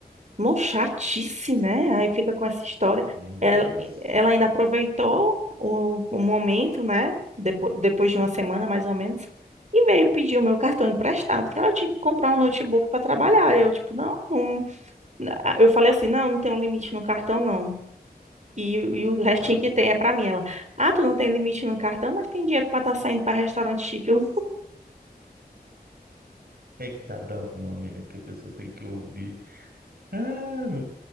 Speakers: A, on the right (about 45°); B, on the right (about 65°).
A: mó chatice, né? Aí fica com essa história.
B: Demais.
A: Ela, ela ainda aproveitou o, o momento, né? Depois, depois de uma semana, mais ou menos, e veio pedir o meu cartão emprestado, que ela tinha que comprar um notebook para trabalhar. Eu, tipo, não, não. Eu falei assim, não, não tem um limite no cartão, não. E, e o restinho
B: Olha.
A: que tem é pra mim. Ela, ah, tu não tem limite no cartão, mas tem dinheiro pra estar saindo pra restaurante chique. Eu,
B: É cada uma mesmo que a pessoa tem que ouvir. Ah, meu